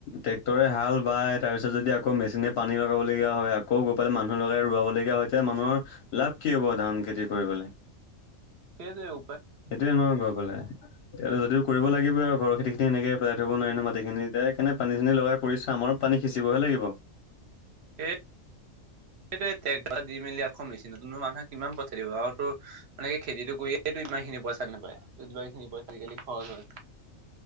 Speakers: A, on the left; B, on the right.
A: ট্ৰেক্টৰে হাল বাই তাৰপিছত যদি আকৌ মেচিনে পানী লগাবলগীয়া হয় আকৌ গৈ পালে মানুহ লগাই ৰোৱাবলগীয়া হয় এতিয়া মানুহৰ লাভ কি হ'ব ধান খেতি কৰিবলৈ।
B: সে দেও।
A: এইটোয়ে ন গৈ পেলাই। তে যদি কৰিব লাগিব আৰু ঘৰ খেতিখিনি এনেকে পেলাই থব নোৱাৰি নো মাটিখিনি এতিয়াই সেইকাৰণে পানী চিনি লগাই কৰিছে আমাৰ পানী সিঁচিবহে লাগিব।
B: এই সেইটোৱে এই ট্ৰেক্টাৰ দি মেলি আকৌ মেচিনটো নতুনো মানুহে কিমান পঠাই দিব আৰু তোৰ মানকে খেতিটো কৰিয়েই তই যিমানখিনি পইচা নেপায় ত যিমানখিনি পইচা আজিকালি খৰচ হয়।